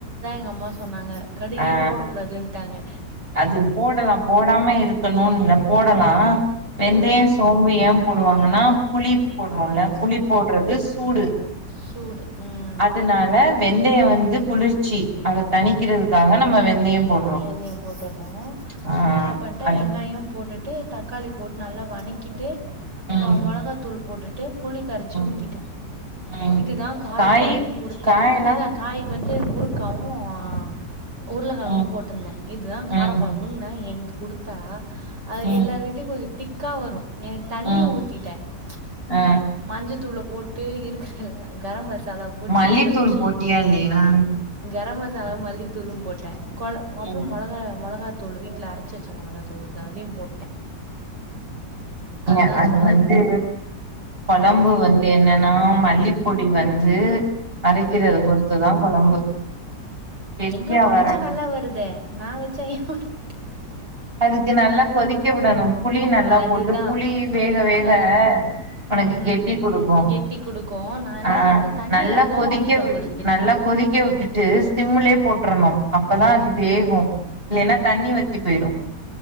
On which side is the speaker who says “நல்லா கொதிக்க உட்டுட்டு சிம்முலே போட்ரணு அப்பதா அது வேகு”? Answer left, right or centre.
Right